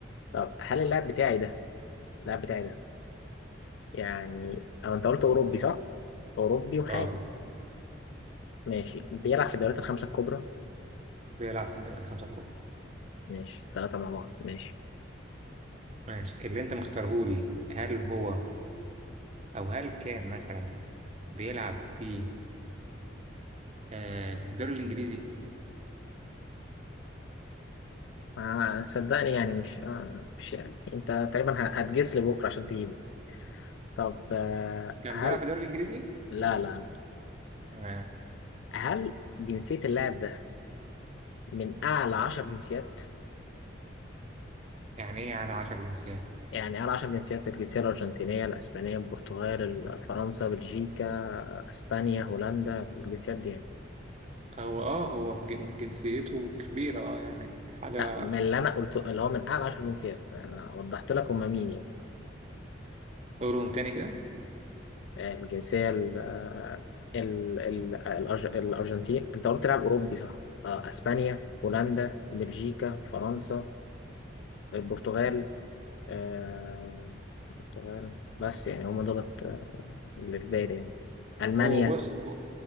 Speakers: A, on the left; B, on the right.
A: طب هل اللاعب بتاعي ده اللاعب بتاعي ده يعني او انت قلت اوروبي صح اوروبي وحالي
B: اه
A: ماشي بيلعب في الدوريات الخمسه الكبرى
B: بيلعب في الدوري الخمسة الكبرى
A: ماشي ثلاثه مع بعض ماشي
B: ماشي اللي انت مختارهولي هل هو او هل كان مثلا بيلعب في آه في الدوري الانجليزي
A: ما صدقني يعني مش آه، مش يعني. انت تقريبا ه- هتجس لي بكره عشان تجيبه طب آه،
B: كان
A: هل
B: بيلعب في الدوري الانجليزي
A: لا لا لا
B: تمام
A: هل جنسيه اللاعب ده من أعلى عشر جنسيات
B: يعني ايه على عشر جنسيات
A: يعني أعلى عشر جنسيات الجنسية الأرجنتينية الأسبانية البرتغال ال- فرنسا بلجيكا أسبانيا هولندا الجنسيات دي يعني
B: هو اه هو في جن- جنسيته كبيرة اه يعني حاجة
A: لا من اللي أنا قلته اللي هو من أعلى عشر جنسيات أنا وضحت لك هما مين يعني
B: قولهم تاني كده
A: آه، الجنسية ال ال ال الأرج- الأرجنتين أنت قلت لاعب أوروبي صح آه، أسبانيا هولندا بلجيكا فرنسا البرتغال آه، البرتغال بس يعني هما دولت آه، اللي في بالي يعني ألمانيا
B: هو بص